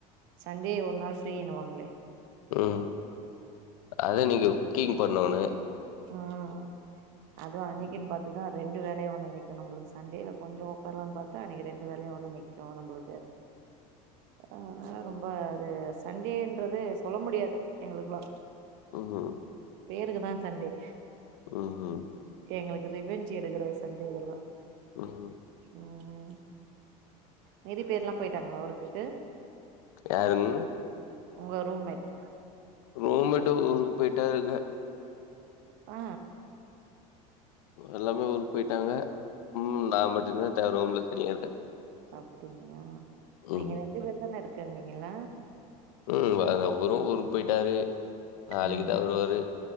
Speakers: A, on the right; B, on the left.
A: சண்டே ஒரு நாள் ஃப்ரீனுவாங்களே
B: உம் அத நீங்க குக்கிங் பன்னோனே
A: ம் ம் அதுவும் அன்னைக்குன்னு
B: ம்
A: பா்த்துதான் ரெண்டு வேலையா வந்து நிக்கும் நம்பளுக்கு சண்டேல கொஞ்சம் உடக்காரலாம்னு பார்த்தா அன்னைக்கு ரெண்டு வேலையா வந்து நிக்கும் நம்பளுக்கு அதனால ரொம்ப அது சண்டேன்றது சொல்ல முடியாது எங்களுக்கெல்லாம்
B: உஹ்ம்
A: பேருக்குதான் சண்டே
B: உஹ்உஹ்ம்
A: எங்களுக்கு ரிவெஞ்ச் எடுக்கற சண்டே இதெல்லாம்
B: ம்
A: ம் மீதி பேர்ல்லாம் போயிட்டாங்களா ஒர்க்குக்கு
B: யாருங்
A: உங்க ரூம்மேட்
B: ரூம்மேட் ஊருக்கு போயிட்டா இருக்க
A: ஆ
B: எல்லாமே ஊருக்கு போயிட்டாங்க ம் நான் மட்டுதா நா ரூம்ல தனியாருக்க
A: அப்படிங்களா
B: ம்
A: நீங்க ரெண்டு பேர் தானே இருக் சொன்னீங்கள்ள
B: ம் வ வரும் ஊருக்கு போயிட்டாரு நாளைக்குதா
A: ம்
B: வருவாரு